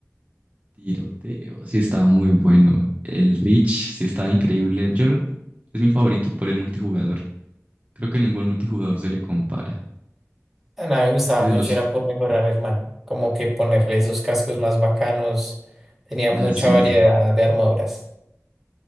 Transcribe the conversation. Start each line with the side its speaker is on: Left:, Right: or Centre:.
Right: Tiroteo, sí estaba muy bueno. El Reach, sí estaba increíble. Yo es mi favorito por el multijugador. Creo que ningún multijugador se le compara.
Centre: A mí me gustaba
Right: Y de
Centre: mucho
Right: los...
Centre: era por mejorar el man como que ponerle esos cascos más bacanos tenía mucha
Right: Ah, sí.
Centre: variedad de armaduras